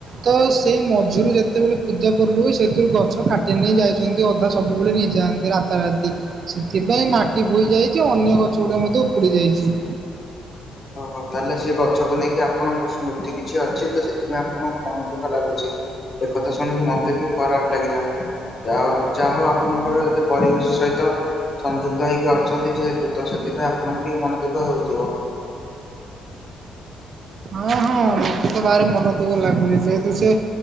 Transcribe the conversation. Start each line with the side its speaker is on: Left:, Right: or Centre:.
Right: ତ ସେଇ ମଝିରୁ ଯେତେବେଳେ ପୂଜା ପର୍ବ ସେଥିରୁ ଗଛ କାଟି ନେଇ ଯାଇଛନ୍ତି ଅଧା ସବୁବେଳେ ନେଇ ଯାନ୍ତି ରାତା ରାତି ସେଥିପାଇଁ ମାଟି ବୋହି ଯାଇଛି ଅନ୍ୟ ଗଛ ଗୁଡ଼ାକ ମଧ୍ୟ ଉପୁଡ଼ି ଯାଇଛି।
Left: ଅହୋ ତା ହେଲେ ସେ ଗଛକୁ ନେଇକି ଆପଣଙ୍କ ସ୍ମୃତି କି କିଛି ଅଛି ତ ସେଥିପାଇଁ ଆପଣଙ୍କୁ ମନ ଦୁଃଖ ଲାଗୁଛି ଏ କଥା ଶୁଣିକି ମତେ ବି ଖରାପ ଲାଗିଲା ଯାହା ଯାହା ହେଉ ଆପଣଙ୍କର ଏ ପରିବେଶ ସହିତ ସଂଯୁକ୍ତ ହେଇକି ଅଛନ୍ତି ଯେହେତୁ ତ ସେଥିପାଇଁ ଆପଣଙ୍କୁ ଟିକେ ମନ ଦୁଃଖ ହେଉଥିବ।
Right: ହଁ ହଁ ମୋତେ ତ ଭାରି ମନ ଦୁଃଖ ଲାଗୁଛି ଯେହେତୁ ସେ